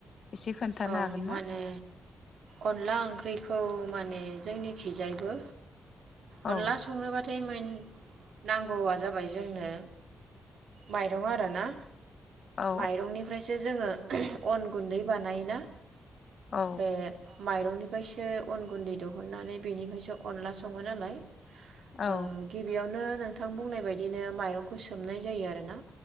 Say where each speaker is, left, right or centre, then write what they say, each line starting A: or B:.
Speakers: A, on the left; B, on the right.
A: एसे खोन्थानो
B: औ
A: हागोन ना
B: मा होनो अनला ओंख्रिखौ माने जोंनि खिजायबो
A: औ
B: अनला संनोबाथाय मोन नांगौआ जाबाय जोंनो माइरं आरोना
A: औ
B: माइरंनिफ्रायसो जोंङो अन गुन्दै बानाय ना
A: औ
B: बे माइरंनिफ्रायसो अन गुन्दै देहननानै बेनिफ्रायसो अनला संङो नालाय
A: औ
B: ओ गिबियावनो नोंथां बुंनाय बायदिनो माइरंखौ सोमनाय जायो आरो ना